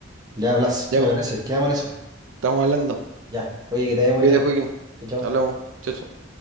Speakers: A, on the right; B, on the right.
A: Ya hablas,
B: Ya,
A: me
B: pues,
A: parece. Quedamos en eso.
B: estamos hablando.
A: Ya. Oye, que te vaya muy
B: Cuídate,
A: bien.
B: Joaquín.
A: Chao, chao.
B: Hablamos. Chao, chao.